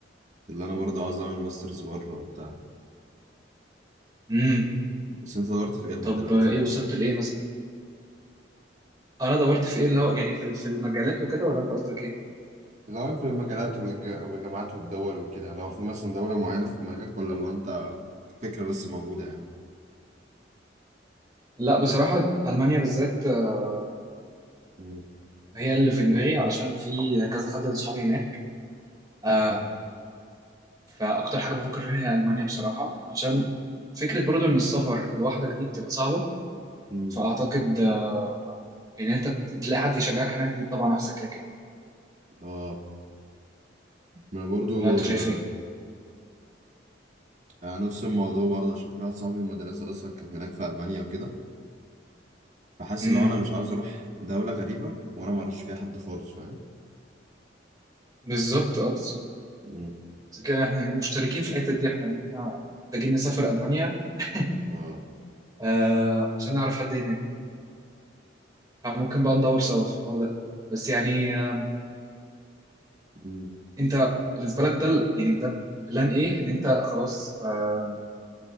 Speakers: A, on the right (about 40°); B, on the right (about 20°).
A: اللي انا برضه عاوز اعمل ماسترز بره وبتاع
B: ايه
A: بس انت دورت في ايه لحد
B: طب
A: دلوقتي؟
B: آه، ايه وصلت لايه مثلا انا دورت في ايه اللي هو يعني في في المجالات وكده ولا انت قصدك ايه
A: دور في المجالات والج... والجامعات والدول وكده لو في مثلا دولة معينة في دماغك ولا لو انت فكرة بس موجودة يعني
B: لا بصراحه المانيا بالذات آه،
A: امم
B: هي اللي في دماغي علشان في كذا حد من صحابي هناك آه، فاكتر حاجه بفكر فيها هي المانيا بصراحه عشان فكره برضو ان السفر لوحدك دي بتبقى صعبه
A: امم
B: فاعتقد آه، ان انت تلاقي حد يشجعك هناك دي طبعا احسن كده كده
A: اه ما انا برضه
B: ولا انت
A: آه...
B: شايف ايه
A: آه، نفس الموضوع برضه عشان في واحد صاحبي من المدرسة اصلا كان هناك في المانيا وكده فحاسس
B: امم
A: لو انا مش عاوز اروح دولة غريبة وانا ما اعرفش فيها حد خالص فاهم
B: بالظبط اه بالظبط
A: مم.
B: كده احنا مشتركين في الحته دي احنا ان احنا محتاجين نسافر المانيا <laughs>
A: اه
B: آه عشان نعرف حد هناك فممكن بقى ندور سوا في الحوار ده بس يعني آه
A: مم.
B: انت بالنسبة لك ده ال- يعني ده بلان ايه ان انت خلاص آه